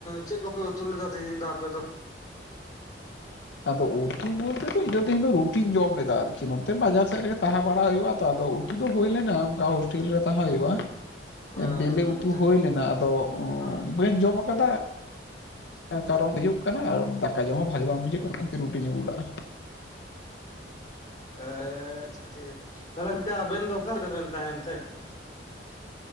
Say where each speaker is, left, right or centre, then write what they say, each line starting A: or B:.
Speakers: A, on the left (about 20°); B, on the left (about 65°).
A: ᱪᱮᱫ ᱠᱚᱯᱮ ᱩᱛᱩ ᱞᱮᱫᱟ ᱛᱮᱦᱮᱧ ᱫᱚ ᱟᱯᱮ ᱫᱚ?
B: ᱟᱫᱚ ᱩᱛᱩ ᱵᱚᱞᱛᱮ ᱫᱚ ᱤᱧ ᱫᱚ ᱛᱮᱦᱮᱧ ᱫᱚ ᱨᱩᱴᱤᱧ ᱡᱚᱢ ᱞᱮᱫᱟ ᱟᱨᱠᱤ ᱱᱚᱛᱮ ᱵᱟᱡᱟᱨ ᱥᱮᱫ ᱨᱮᱜᱮ ᱛᱟᱦᱮᱸ ᱵᱟᱲᱟ ᱦᱩᱭᱩᱜᱼᱟ ᱛᱚ, ᱟᱫᱚ ᱩ ᱩᱛᱩ ᱫᱚ ᱦᱳᱭ ᱞᱮᱱᱟ ᱚᱱᱠᱟ ᱦᱳᱥᱴᱮᱞ ᱨᱮ ᱛᱟᱦᱮᱸ ᱦᱩᱭᱩᱜᱼᱟ᱾
A: ᱮᱸᱻ
B: ᱵᱮᱞᱮ ᱩᱛᱩ ᱦᱩᱭ ᱞᱮᱱᱟ, ᱟᱫᱚ
A: ᱦᱩᱸ
B: ᱵᱟᱹᱧ ᱡᱚᱢ ᱟᱠᱟᱫᱟ ᱾ ᱠᱟᱨᱚᱱ ᱦᱩᱭᱩᱜ ᱠᱟᱱᱟ ᱫᱟᱠᱟ ᱡᱚᱢ ᱦᱚᱸ ᱵᱷᱟᱜᱤ ᱵᱟᱝ ᱵᱩᱡᱷᱟᱹᱜ ᱠᱟᱱᱟ ᱚᱱᱟ ᱠᱷᱹᱛᱤᱨ ᱨᱩᱴᱤᱧ ᱟᱹᱜᱩ ᱞᱟᱜᱼᱟ᱾
A: ᱟᱪᱷᱟ ᱴᱷᱤᱠ, ᱛᱟᱦᱚᱞᱮ ᱜᱚᱢᱠᱮ ᱟᱵᱮᱱ ᱫᱚ ᱚᱠᱟ ᱨᱮᱵᱮᱱ ᱛᱟᱦᱮᱱ ᱛᱮ?